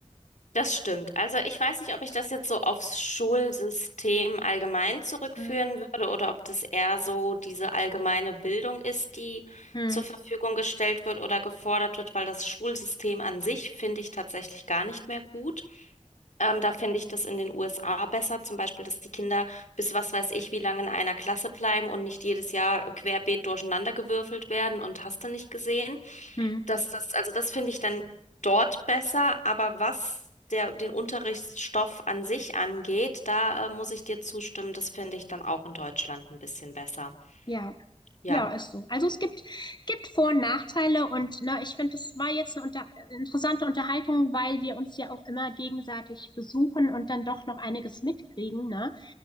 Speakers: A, on the left; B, on the left.
A: Das stimmt. Also ich weiß nicht, ob ich das jetzt so aufs Schulsystem allgemein zurückführen
B: Hm.
A: würde oder ob das eher so diese allgemeine Bildung ist, die
B: Hm.
A: zur Verfügung gestellt wird oder gefordert wird, weil das Schulsystem an sich finde ich tatsächlich gar nicht mehr gut. Ähm, da finde ich das in den USA besser, zum Beispiel, dass die Kinder bis was weiß ich wie lange in einer Klasse bleiben und nicht jedes Jahr querbeet durcheinander gewürfelt werden und hast du nicht gesehen.
B: Hm.
A: Das, das, also das finde ich dann dort besser, aber was der, den Unterrichtsstoff an sich angeht, da äh, muss ich dir zustimmen, das finde ich dann auch in Deutschland ein bisschen besser.
B: Ja,
A: Ja,
B: Ja, ist so. Also es gibt, gibt Vor- und Nachteile und na, ich finde, es war jetzt eine unter interessante Unterhaltung, weil wir uns ja auch immer gegenseitig besuchen und dann doch noch einiges mitkriegen, ne?